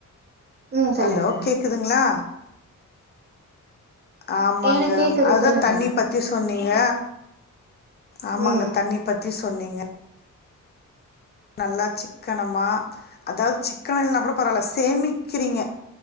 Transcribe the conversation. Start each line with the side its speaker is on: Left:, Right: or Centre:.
Right: ம் சொல்லுங்க
Left: ஹலோ கேக்குதுங்களா ஆமாங்க
Right: எனக்கு கேக்குது
Left: அதுதா
Right: சொல்லுங்க
Left: தண்ணி பத் பத்தி சொன்னீங்க ஆமாங்க
Right: ம்
Left: தண்ணி பத்தி சொன்னீங்க நல்லா சிக்கனமா அதாவது சிக்கனோ இல்லனா கூட பரவால்ல சேமிக்கறீங்க